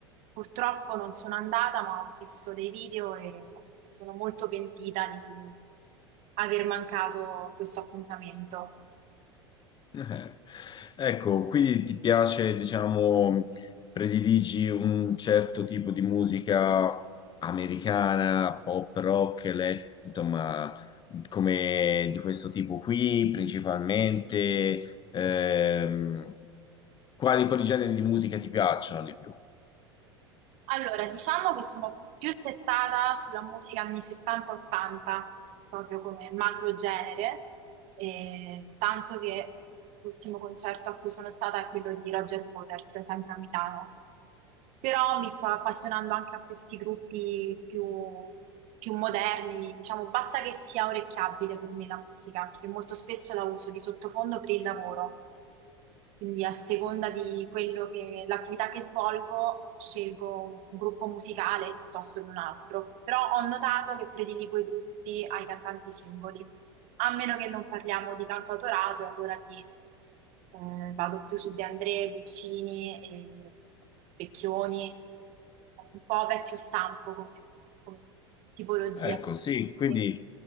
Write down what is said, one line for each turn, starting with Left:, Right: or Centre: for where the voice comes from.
Right: purtroppo non sono andata, ma ho visto dei video e sono molto pentita di aver mancato questo appuntamento.
Left: eh. Ecco, quindi ti piace, diciamo, prediligi un certo tipo di musica americana, pop, rock, elec- insomma, come di questo tipo qui, principalmente. Ehm, quali, quali generi di musica ti piacciono di più?
Right: Allora, diciamo che sono più settata sulla musica anni 70-80, proprio come macro genere, e tanto che l'ultimo concerto a cui sono stata è quello di Roger Waters, sempre a Milano. Però mi sto appassionando anche a questi gruppi più, più moderni, diciamo, basta che sia orecchiabile per me la musica, perché molto spesso la uso di sottofondo per il lavoro. Quindi a seconda di quello che l'attività che svolgo, scelgo un gruppo musicale piuttosto che un altro. Però ho notato che prediligo i gruppi ai cantanti singoli, a meno che non parliamo di cantautorato, e allora lì eh, vado più su De André, Guccini e Vecchioni, un po' vecchio stampo come, come tipologia.
Left: Ecco, sì, quindi,
Right: Sì.